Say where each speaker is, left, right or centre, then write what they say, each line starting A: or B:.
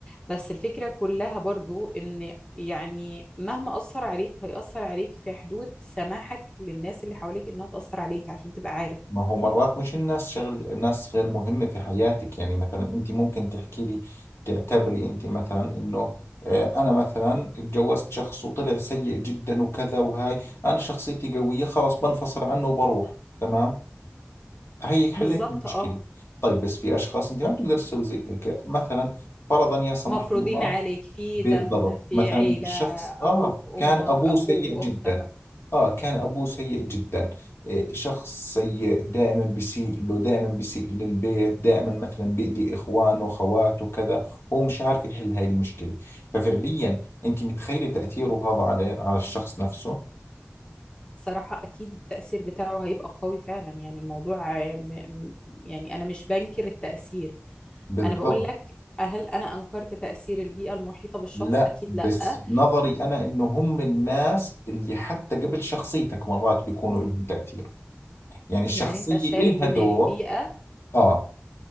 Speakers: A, on the left (about 20°); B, on the left (about 70°).
A: بس الفكره كلها برضو ان يعني مهما اثر عليك هيأثر عليك في حدود سماحك للناس اللي حواليك انها تأثر عليك عشان تبقى عارف
B: ما هو مرات مش الناس شغل ناس غير مهمة في حياتك يعني مثلا انت ممكن تحكي لي تعتبري انت مثلا انه آه، انا مثلا اتجوزت شخص وطلع سيء جدا وكذا وهاي انا شخصيتي قوية خلاص بنفصل عنه وبروح تمام هيك حليت
A: بالظبط
B: المشكلة
A: اه
B: طيب بس في أشخاص أنت ما بتقدر تسوي زي هيك مثلا فرضا يا سمح
A: مفروضين
B: الله
A: عليك في
B: بالضبط
A: دم في
B: مثلا
A: عيله
B: الشخص
A: ابوك
B: آه كان
A: امك
B: أبوه
A: اخوك
B: سيء
A: اختك
B: جدا آه كان أبوه سيء جدا إيه، شخص سيء دائما بيسيء له دائما بيسيء للبيت دائما مثلا بيأذي إخوانه خواته كذا هو مش عارف يحل هاي المشكلة ففعليا أنت متخيلة تأثيره هذا على على الشخص نفسه
A: صراحة أكيد التأثير بتاعه هيبقى قوي فعلا يعني الموضوع آه، م- م- يعني أنا مش بنكر التأثير
B: بالضبط
A: أنا بقول لك هل أنا أنكرت تأثير البيئة المحيطة بالشخص؟
B: لا
A: أكيد
B: بس
A: لأ
B: بنظري أنا إنه هم الناس اللي حتى قبل شخصيتك مرات بيكونوا لهم تأثير يعني الشخصية
A: يعني أنت شايف
B: إلها
A: إن
B: دور
A: البيئة
B: آه